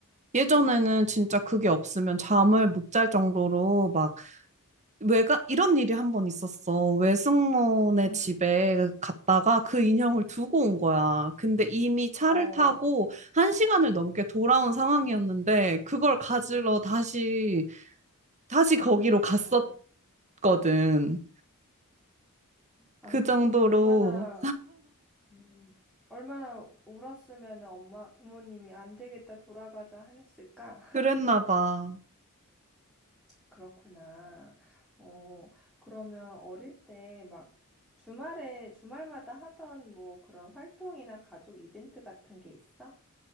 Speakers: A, on the right; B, in the centre.
A: 예전에는 진짜 그게 없으면 잠을 못 잘 정도로 막 외가 이런 일이 한 번 있었어. 외숙모네
B: 음,
A: 집에 갔다가 그 인형을 두고 온 거야. 근데 이미 차를
B: 어,
A: 타고 한 시간을 넘게 돌아온 상황이었는데 그걸 가지러
B: 음.
A: 다시 다시 거기로
B: 아이고야.
A: 갔었거든.
B: 아유,
A: 그 정도로
B: 얼마나, 음, 얼마나 울었으면 엄마, 부모님이 안 되겠다 돌아가자 하셨을까?
A: 그랬나 봐.
B: 그렇구나. 어, 그러면 어릴 때 막 주말에, 주말마다 하던 뭐 그런 활동이나 가족 이벤트 같은 게 있어?